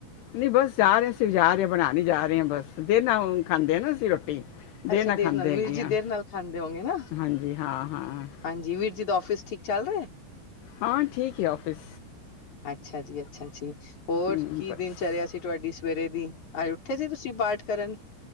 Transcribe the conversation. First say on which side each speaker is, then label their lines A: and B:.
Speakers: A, on the left; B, on the left.
A: ਨਹੀਂ ਬਸ ਜਾ ਰਹੇ ਅਸੀਂ ਜਾ ਰਹੇ ਹਾਂ ਬਣਾਨ ਹੀ ਜਾ ਰਹੇ ਆ ਬਸ ਦਿਨ ਹੁਣ ਖਾਂਦੇ ਨਾ ਅਸੀਂ ਰੋਟੀ
B: ਅੱਛਾ ਦੇਰ
A: ਖਾਂਦੇ
B: ਨਾਲ
A: ਹੈਗੇ
B: ਵੀਰ ਜੀ
A: ਆ
B: ਦੇਰ ਨਾਲ ਖਾਂਦੇ ਹੋਗੇ ਨਾ
A: ਹਾਂਜੀ ਹਾਂ ਹਾਂ
B: ਹਾਂਜੀ ਵੀਰ ਜੀ ਦਾ ਆਫਿਸ ਠੀਕ ਚੱਲ ਰਿਹਾ
A: ਹਾਂ ਠੀਕ ਹੈ ਆਫਿਸ
B: ਅੱਛਾ ਜੀ, ਅੱਛਾ ਜੀ। ਹੋਰ
A: ਹਮ,
B: ਕੀ
A: ਬਸ
B: ਦਿਨ ਚਰਿਆ ਸੀ ਤੁਹਾਡੀ ਸਵੇਰੇ ਦੀ ਅੱਜ ਉੱਠੇ ਸੀ ਤੁਸੀਂ ਪਾਠ ਕਰਨ